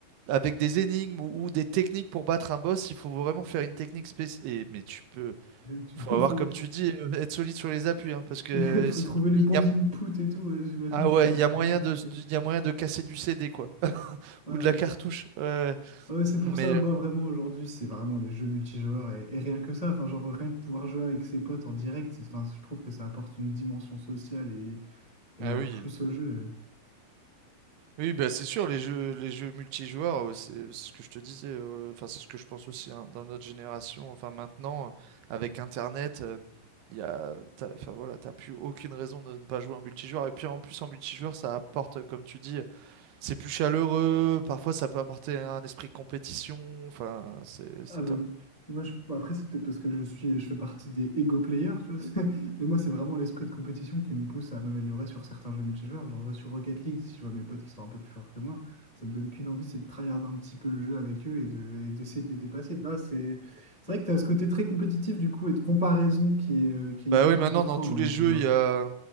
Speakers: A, on the right; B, on the left.
A: avec des énigmes ou, ou des techniques pour battre un boss, il faut vraiment faire une technique spéciale. Mais tu peux,
B: Euh, tu-
A: faut
B: <laughs> Il
A: avoir,
B: faut,
A: comme tu dis, euh, être solide sur les appuis, hein, parce que
B: <laughs> faut
A: c'est-
B: trouver les
A: il
B: bons
A: y a
B: inputs et tout, ouais, j'imagine
A: ah
B: ça
A: ouais,
B: doit être
A: il y a
B: bien
A: moyen
B: compliqué.
A: de, il y a moyen de casser du CD, quoi.
B: Ouais,
A: Ou
B: ouais.
A: de la cartouche. Ouais.
B: Ouais, c'est
A: Mais.
B: pour ça, moi
A: euh,
B: vraiment aujourd'hui, c'est vraiment les jeux multijoueurs et, et rien que ça, enfin genre rien que pouvoir jouer avec ses potes en direct, c'est- enfin, je trouve que ça apporte une dimension sociale et, et
A: Ah
B: un
A: oui.
B: plus au jeu.
A: Oui, bah c'est sûr, les jeux, les jeux multijoueurs, euh, c'est c'est ce que je te disais, euh, enfin c'est ce que je pense aussi hein, dans notre génération, enfin maintenant, euh, avec Internet, euh, il y a, t'as, enfin voilà, t'as plus aucune raison de ne pas jouer en multijoueur. Et puis en plus en multijoueur, ça apporte, comme tu dis, c'est plus chaleureux, parfois ça peut apporter un esprit de compétition, enfin c'est c'est
B: Ah bah,
A: top.
B: moi, je- bon, après, c'est peut-être parce que je suis, je fais partie des ego players, tu vois. <laughs> Mais moi, c'est vraiment l'esprit de compétition qui me pousse à m'améliorer sur certains jeux multijoueurs. Genre, je vois sur Rocket League, si je vois mes potes qui sont un peu plus forts que moi, ça me donne qu'une envie, c'est de tryhard un petit peu le jeu avec eux et de, et d'essayer de les dépasser. Là, c'est, c'est vrai que tu as ce côté très compétitif, du coup, et de comparaison qui est, euh, qui est
A: Bah
B: hyper
A: oui, maintenant
B: important
A: dans tous
B: dans
A: les
B: le multijoueur.
A: jeux, il y a